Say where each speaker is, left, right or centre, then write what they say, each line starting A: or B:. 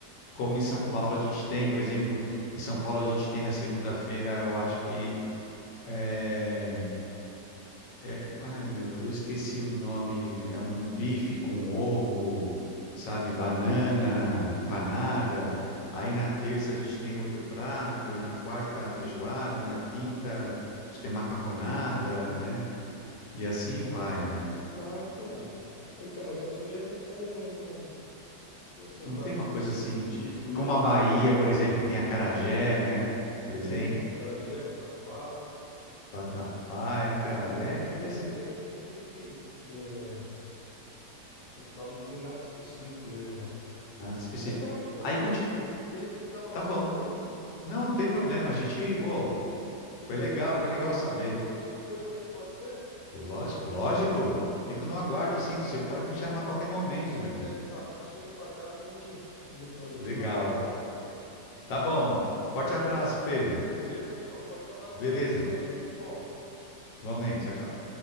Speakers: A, on the left; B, on the left.
A: como em
B: Não
A: São
B: tem.
A: Paulo a gente tem. Por exemplo, em São Paulo a gente tem na segunda-feira, eu acho que é, é- ai, meu, eu esqueci o nome. É um bife com ovo, sabe? Banana, empanada. Aí na terça a gente tem outro prato, e na quarta feijoada, na quinta acho que é macarronada, né? E assim vai, né?
B: Ah, entendi. Então, mas aqui mesmo não tem, não, não tem assim um
A: Não
B: prato
A: tem uma
B: específico,
A: coisa assim,
B: típico mesmo,
A: como a Bahia,
B: não.
A: por exemplo, que tem acarajé, né?
B: Sim,
A: Por exemplo.
B: acarajé, vatapá, né?
A: Vatapá, então,
B: Mas é,
A: é interessante.
B: mas aqui é meio, é meio que, é, como é que fala? Não tem nada específico mesmo, não.
A: Nada específico.
B: Então, amigão,
A: Aí continua.
B: tenho que dar uma saída
A: Tá bom.
B: aí
A: Não, não tem problema. A gente, pô,
B: e
A: foi
B: daí
A: legal,
B: a gente
A: foi legal
B: volta
A: saber.
B: a falar novamente depois aí, pode ser?
A: Lógico, lógico. Fico no aguardo,
B: Aí eu
A: sim. Você pode me chamar a qualquer momento,
B: Dia que você
A: meu
B: quiser
A: irmão.
B: vir pra cá, chega pra cá pra gente comer, fazer-
A: Legal.
B: comer uma feijoada aí.
A: Tá bom. Forte abraço, Pedro.
B: Beleza, amigão? Forte abraço
A: Beleza.
B: pra você também. Tudo de bom.
A: Igualmente. Tchau, tchau.